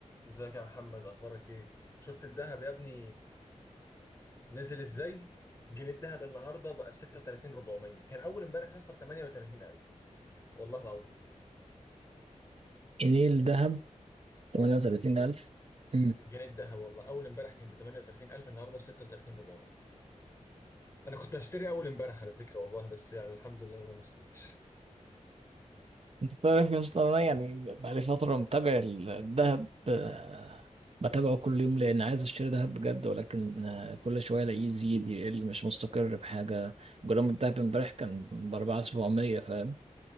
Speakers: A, on the left (about 20°); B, on the right (about 55°).
A: ازيك يا محمد اخبارك ايه شفت الذهب يا ابني نزل ازاي جنيه الذهب النهارده بقى ب 36 400 كان اول امبارح يا اسطى ب 38000 والله العظيم
B: جنيه دهب 38000
A: الجنيه
B: امم
A: الجنيه الذهب والله اول امبارح كان ب 38000 النهارده ب 36 400 انا كنت هشتري اول امبارح على فكره والله بس يعني الحمد لله انا ما اشتريتش
B: انت تعرف يا اسطى انا يعني بقالي فترة متابع الذهب آه، بتابعه كل يوم لان عايز اشتري ذهب بجد ولكن آه، كل شوية الاقيه يزيد يقل مش مستقر بحاجة جرام الذهب امبارح كان ب 4700 فاهم